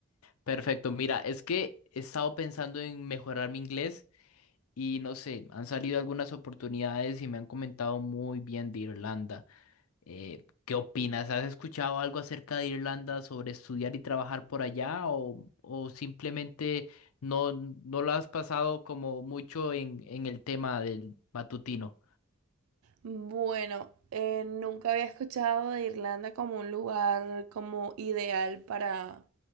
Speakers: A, on the left; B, on the right.
A: Perfecto, mira, es que he estado pensando en mejorar mi inglés y no sé, han salido algunas oportunidades y me han comentado muy bien de Irlanda. Eh, ¿qué opinas? ¿Has escuchado algo acerca de Irlanda sobre estudiar y trabajar por allá o, o simplemente no, no lo has pasado como mucho en, en el tema del matutino?
B: Bueno, eh, nunca había escuchado de Irlanda como un lugar como ideal para,